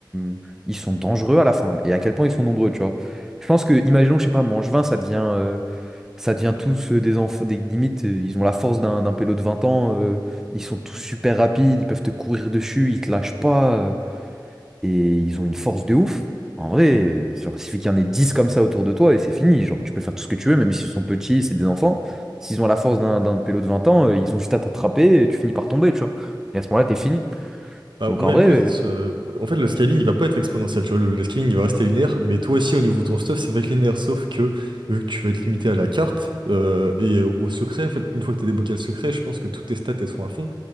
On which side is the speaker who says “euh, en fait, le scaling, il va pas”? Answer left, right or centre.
Right